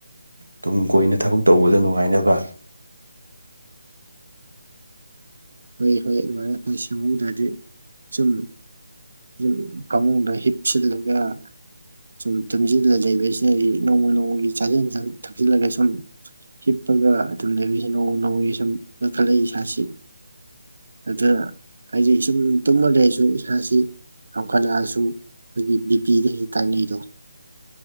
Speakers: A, on the right (about 80°); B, on the right (about 65°).
A: ꯇꯨꯡ ꯀꯣꯏꯅ ꯊꯕꯛ ꯇꯧꯕꯗ ꯅꯨꯡꯉꯥꯏꯅꯕ
B: ꯍꯣꯏ ꯍꯣꯏ ꯑꯗꯨꯃꯥꯏꯅ ꯑꯩꯣꯏ ꯁꯦꯝꯍꯧꯗ꯭ꯔꯗꯤ ꯁꯨꯝ ꯌꯨꯝ ꯐꯃꯨꯡꯗ ꯍꯤꯞꯁꯤꯜꯂꯒ ꯁꯨꯝ ꯇꯨꯝꯖꯤꯜꯂ ꯂꯩꯕꯁꯤꯅꯗꯒꯤ ꯅꯣꯡꯃ ꯅꯣꯡꯃꯒꯤ ꯆꯥꯁꯤꯟ ꯊꯛꯆꯜꯂꯒ ꯁꯨꯝ ꯍꯤꯠꯄꯒ ꯑꯗꯨꯝ ꯂꯩꯕꯤꯁ ꯅꯣꯡ ꯅꯣꯡꯃꯒꯤ ꯁꯨꯝ ꯀꯪꯈꯠꯂꯛꯏ ꯏꯁꯥꯁꯤ ꯑꯗꯨꯗ ꯍꯥꯏꯗꯤ ꯁꯨꯝ ꯇꯨꯝꯃꯜ ꯂꯩꯔꯁꯨ ꯏꯁꯥꯁꯤ ꯌꯥꯝꯈꯠꯂꯛꯑꯁꯨ ꯑꯩꯈꯣꯏꯒꯤ ꯕꯤꯄꯤꯤꯗ ꯇꯥꯏꯅꯩꯗꯣ